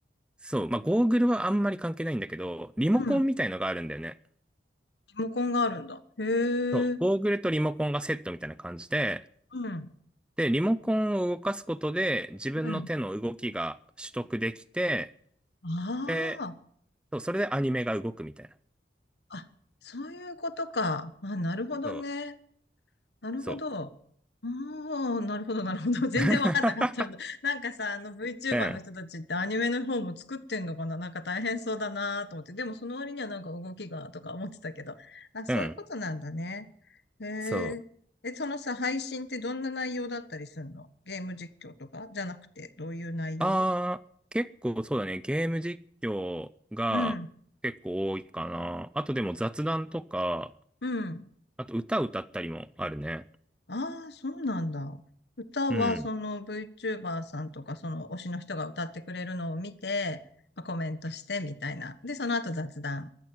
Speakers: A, in the centre; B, on the left.
A: そう、まあ、ゴーグルはあんまり関係ないんだけど、リモコンみたいのがあるんだよね。
B: うん。リモコンがあるんだ。へ
A: そう、
B: え。
A: ゴーグルとリモコンがセットみたいな感じで、
B: うん。
A: で、リモコンを動かすことで自分の手の動きが取得できて、
B: うん。ああ。
A: で、そう、それでアニメが動くみたいな。
B: あ、そういうことか。あ、なるほどね。
A: そう、
B: なるほど。
A: そう。
B: おー、なるほど、なるほど。<laughs> 全然わかんなかったんだ。
A: <laughs>
B: なんかさ、あの VTuber
A: うん、
B: の人たちってアニメの方も作ってんのかななんか大変そうだなと思って。でもその割にはなんか動きがとか思ってたけど。あ、そういうことなんだね。
A: うん、
B: へえ。
A: そう。
B: え、そのさ、配信ってどんな内容だったりするのゲーム実況とかじゃなくて、どういう内容
A: あー、結構そうだね、ゲーム実況が結構多いかな。
B: うん、
A: あとでも雑談とか、
B: うん。
A: あと歌歌ったりもあるね。
B: ああ、そうなんだ。歌はその
A: うん、
B: VTuber さんとかその推しの人が歌ってくれるのを見て、まあコメントしてみたいな。で、その後雑談